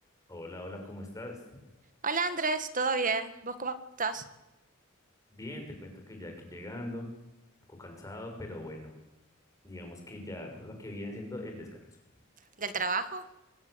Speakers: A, on the left (about 15°); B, on the right (about 40°).
A: Hola, hola, ¿cómo estás?
B: Hola Andrés, ¿todo bien? ¿Vos cómo estás?
A: Bien, te cuento que ya aquí llegando, un poco cansado, pero bueno, digamos que ya lo que viene siendo el descanso.
B: ¿Del trabajo?